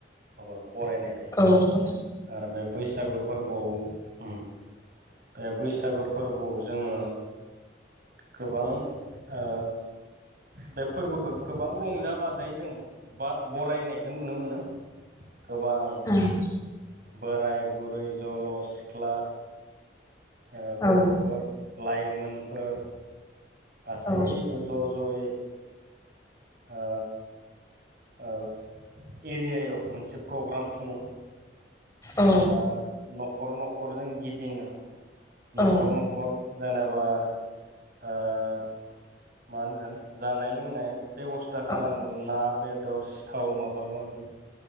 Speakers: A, on the right; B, on the left.
A: माबाखो बरायनाय जाय
B: औ खोथो
A: आरो बे बैसागो फोरबोआव उम बे बैसागो फोरबोआव जोङो गोबां ओ बे फोरबोखौ गोबां रंजा बाजायै जों बा बरायनायखो नुनो मोनो। गोबां
B: ओं
A: बोराय बुरै जल' सिख्ला ओ
B: औ
A: गथ'फोर लाइमोनफोर गासैबो
B: औ
A: ज' ज'यै ओ ओ एरियायाव मोनसे प्रग्राम खुङो।
B: औ
A: बा न'खर न'खर जों गिदिङो। न'खर
B: औ
A: न'खर जेनेबा ओ मा ओनगोन जानाय लोंनाय बेब'स्था खालामो
B: औ
A: ना बेदर सिथाव माबा माबि